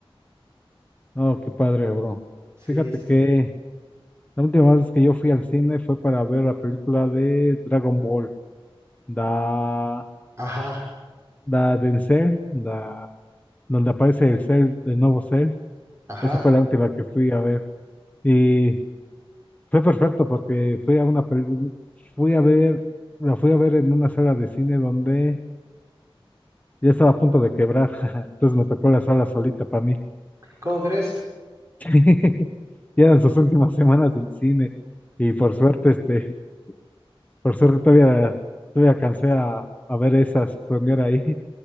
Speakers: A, on the left; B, on the right.
A: Oh, qué padre, bro.
B: Sí,
A: Fíjate
B: sí.
A: que la última vez que yo fui al cine fue para ver la película de Dragon Ball, da,
B: Ajá,
A: da Denzel, da donde aparece el Cell, el nuevo Cell.
B: ajá.
A: Esa fue la última que fui a ver. Y fue perfecto porque fui a una peli- fui a ver, la fui a ver en una sala de cine donde ya estaba a punto de quebrar. <laughs> Entonces me tocó la sala solita para mí.
B: ¿Cómo crees?
A: <laughs> Y eran sus últimas semanas en cine. Y por suerte, este, por suerte todavía, todavía alcancé a, a ver esa su premiere ahí. <laughs>